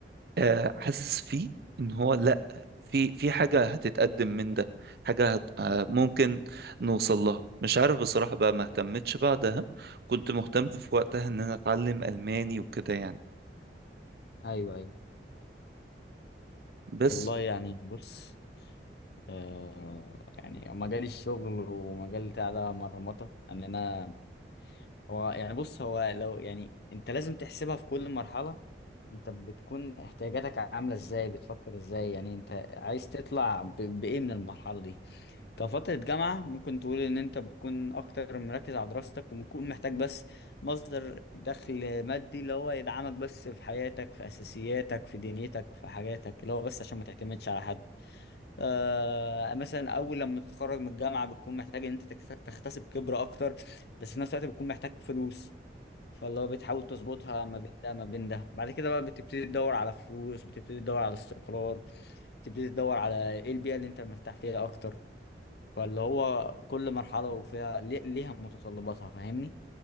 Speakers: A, on the right; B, on the left.
A: آه، حاسس فيه إن هو لا في في حاجة هتتقدم من ده حاجة هت آه،
B: مم.
A: ممكن نوصل لها مش عارف بصراحة بقى ما اهتمتش بعدها كنت مهتم في وقتها إن أنا أتعلم ألماني وكده يعني
B: ايوه ايوه
A: بس
B: والله يعني بص آه، يعني مجال الشغل ومجال بتاع ده مرمطة ان انا هو يعني بص هو لو يعني انت لازم تحسبها في كل مرحلة انت بتكون احتياجاتك عاملة ازاي بتفكر ازاي يعني انت عايز تطلع ب- بايه من المرحلة دي كفترة جامعة ممكن تقول ان انت بتكون اكتر مركز على دراستك وبتكون محتاج بس مصدر دخل مادي اللي هو يدعمك بس في حياتك في اساسياتك في دنيتك في حاجاتك اللي هو بس عشان ما تعتمدش على حد آه مثلا اول لما تتخرج من الجامعه بتكون محتاج ان انت تكت- تكتسب خبره اكتر بس في نفس الوقت بتكون محتاج فلوس فاللي هو بتحاول تظبطها ما بين ده ما بين ده بعد كده بقى بتبتدي تدور على فلوس بتبتدي تدور على استقرار بتبتدي تدور على ايه البيئه اللي انت مرتاح فيها اكتر فاللي هو كل مرحله وفيها لي- ليها متطلباتها فاهمني